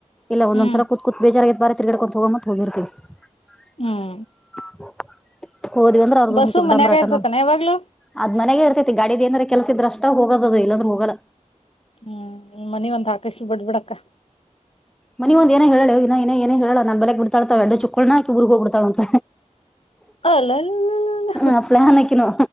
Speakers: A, in the centre; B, on the left (about 50°).
A: ಇಲ್ಲ ಒಂದೊಂದ್ಸರ
B: ಹ್ಮ್
A: ಕುತ್ತ್ ಬೇಜಾರಾಗತ್ತು ಬಾರೆ ತಿರ್ಗಡ್ಕೊಂಡು ಹೋಗ ಮತ್ತ ಹೋಗಿರ್ತತಿವಿ <unintelligible>
B: ಹ್ಮ್
A: ಹೋದ್ ಅಂದ್ರ ಅವ್ರದ
B: ಬಸ್ಸು
A: ಒಂದಡ್ಡಂಬರಾಟಂದರು
B: ಮನ್ಯಾಗ ಇರ್ತತಾನ ಯಾವಾಗ್ಲೂ
A: ಅದ್ ಮನೆಗೇ ಇರ್ತತಿ ಗಾಡಿದಏಂದ್ರ ಕೆಲ್ಸಿದ್ರ ಅಷ್ಟ ಹೋಗದಲ್ಲಾದ್ರೂ ಹೋಗಲ್ಲ
B: ಹ್ಮ್ ನಿ ಮನಿ ಒಂದ ಆಕಶ ಬಿಡ್ಬಿಡಕ್ಕ
A: ಮನ ಒಂದ ಏನ ಹೇಳಳೆ ಇನಏ ಏನು ಹೇಳೋ ನನ್ ಬೆಲೆಗ್ ಬಿಡ್ಳತಾವ ಎಡ್ಡ ಚುಕ್ಕಳ್ನಾಕಿ ಊರ್ಗ್ಗ್ ಬಿತಾಳ ಅಂತ
B: ಅಲ್ಲಲ್ಲ
A: ಹಪ್ಲೇ ಹ ನಕಿನೋ